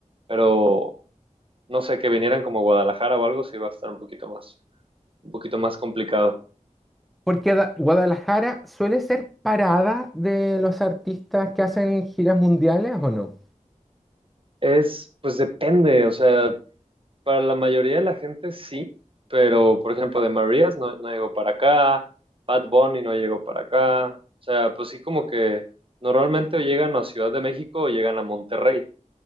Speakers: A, on the right; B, in the centre.
A: pero no sé, que vinieran como a Guadalajara o algo, sí va a estar un poquito más, un poquito más complicado.
B: porque Da- Guadalajara suele ser parada de los artistas que hacen giras mundiales o no.
A: Es, pues depende, o sea, Para la mayoría de la gente sí, pero por ejemplo de Marías no, no llegó para acá, Bad Bunny no llegó para acá, o sea, pues sí como que normalmente o llegan a Ciudad de México o llegan a Monterrey